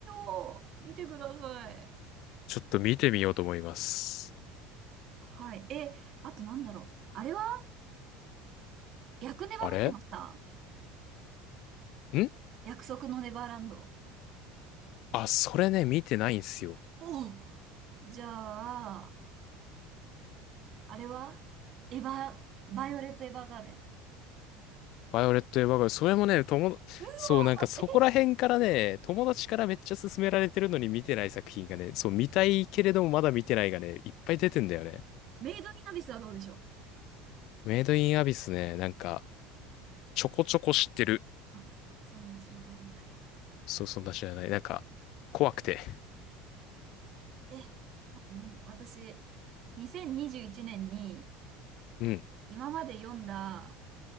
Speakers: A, on the right; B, on the left.
A: よー。見てください。
B: ちょっと見てみようと思います。
A: はい。え、あとなんだろう。あれは薬ネバ見てました
B: あれん
A: 約束のネバーランド。
B: あ、それね、見てないんすよ。
A: おうじゃあ、あれはエヴァ、バイオレット・エヴァーガーデン。
B: バイオレット・エヴァーガーデンそれもね、友、
A: うわ
B: そう、なんかそこら辺からね、
A: ー、え、
B: 友達からめっちゃ勧められてるのに見てない作品がね、そう、見たいけれどもまだ見てないがね、いっぱい出てんだよね。
A: メイド・イン・アビスはどうでしょう
B: メイド・イン・アビスね、なんか、ちょこちょこ知ってる。
A: あ、そんなん知らないんだ。
B: そう、そんな知らない。なんか、怖くて。
A: え、あとなんだろう。私、2021年にじゅういちねんに
B: うん。
A: 今まで読んだ、